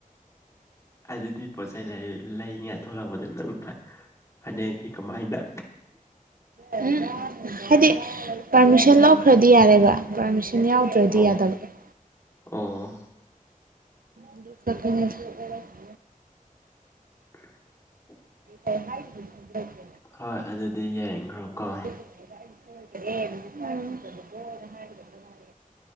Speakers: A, on the left; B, on the right.
A: ꯑꯗꯨꯗꯤ ꯄꯣꯠ ꯆꯩꯩ ꯂꯩꯅꯤꯉꯥꯏ ꯊꯣꯛꯂꯛꯄꯗꯨ ꯅꯪ ꯐ ꯐꯅꯦꯛꯒꯤ ꯀꯃꯥꯏꯅ
B: ꯎꯝ ꯍꯥꯏꯗꯤ ꯄꯥꯔꯃꯤꯁꯟ ꯂꯧꯈ꯭ꯔꯗꯤ ꯌꯥꯔꯦꯕ ꯄꯥꯔꯃꯤꯁꯟ ꯌꯥꯎꯗ꯭ꯔꯗꯤ
A: ꯑꯣ
B: ꯌꯥꯗꯕ
A: ꯑꯣ
B: ꯑꯗꯨ ꯈꯛ <unintelligible>
A: <inaudible>
B: ꯑꯣ ꯍꯥꯏ <unintelligible>
A: ꯍꯣꯏ ꯑꯗꯨꯗꯤ ꯌꯦꯡꯈ꯭ꯔꯣ ꯀꯣ
B: <inaudible> <unintelligible>